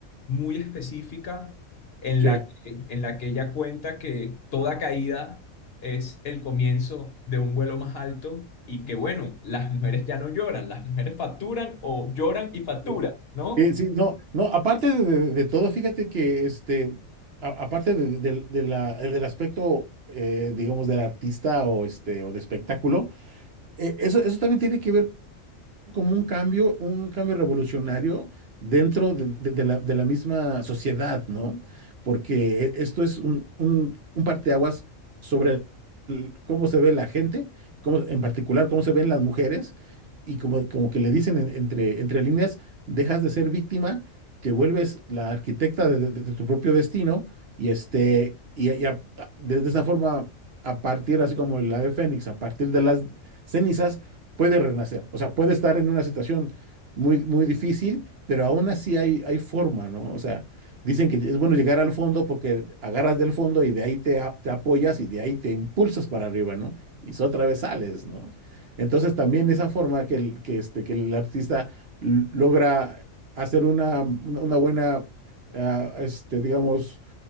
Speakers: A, on the left (about 50°); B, on the right (about 55°).
A: muy específica en
B: Sí.
A: la que, en la que ella cuenta que toda caída es el comienzo de un vuelo más alto y que bueno, las mujeres ya no lloran, las mujeres facturan o lloran y facturan,
B: Sí,
A: ¿no?
B: sí, sí, no, no, aparte de, de- de todo, fíjate que este, a- aparte de- de- de la- del aspecto, eh, digamos, del artista o este, o de espectáculo, eh, eso, eso también tiene que ver como un cambio, un cambio revolucionario dentro de, de- de la, de la misma sociedad, ¿no? Porque e, esto es un, un, un parteaguas sobre el- cómo se ve la gente, cómo- en particular cómo se ven las mujeres, y como, como que le dicen en- entre, entre líneas, dejas de ser víctima, te vuelves la arquitecta de, de- de tu propio destino, y este, y, y a- a- desde esa forma, a partir, así como el ave fénix, a partir de las cenizas, puede renacer, o sea, puede estar en una situación muy, muy difícil, pero aún así hay, hay forma, ¿no? O sea, dicen que es bueno llegar al fondo porque agarras del fondo y de ahí te, a- te apoyas y de ahí te impulsas para arriba, ¿no? Y so- otra vez sales, ¿no? Entonces también esa forma que el, que este, que el artista l- logra hacer una, una una buena, ah, este, digamos,